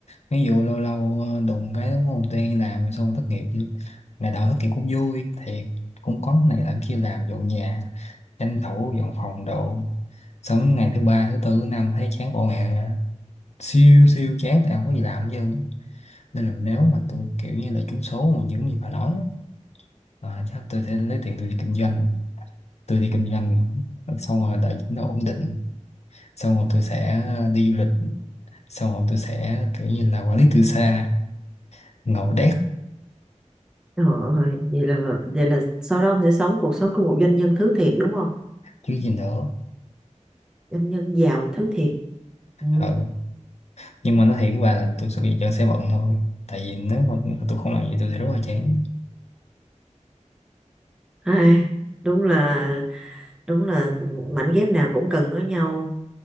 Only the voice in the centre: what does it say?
rồi ơi, vậy là vậy là sau đó ông sẽ sống cuộc sống của một doanh nhân thứ thiệt đúng không?
Doanh nhân giàu thứ thiệt. Ừ.
Ai, đúng là đúng là mảnh ghép nào cũng cần có nhau